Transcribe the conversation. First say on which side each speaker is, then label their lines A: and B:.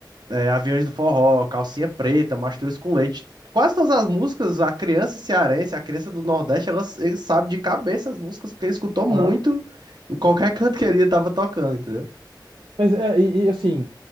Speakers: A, on the right (about 60°); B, on the right (about 80°).
A: é, Aviões do Forró, Calcinha Preta, Mastruz com Leite, quase todas as músicas, a criança cearense, a criança do Nordeste, ela, ele sabe de cabeça as músicas, porque ele escutou muito
B: Aham.
A: em qualquer <laughs> canto que ele estava tocando, entendeu?
B: Mas é, e, e, assim,